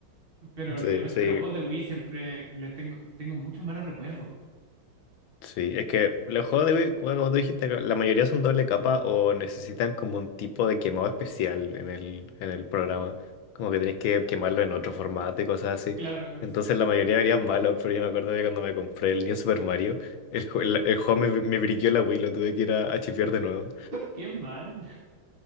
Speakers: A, on the right; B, on the left.
A: Pero
B: Sí,
A: literalmente
B: sí,
A: los juegos de Wii siempre les tengo, tengo muchos malos recuerdos.
B: Sí, es que los juegos de Wii, como como tú dijiste, la mayoría son doble capa o necesitan como un tipo de quemado especial en el, en el programa. Como que tenés que quemarlo en otro formato y cosas así.
A: Claro.
B: Entonces la mayoría verían malos, pero yo me acuerdo que cuando me compré el New Super Mario, el, ju- el, el juego me, me briqueó la Wii, lo tuve que ir a, a chipear de nuevo.
A: Qué mal.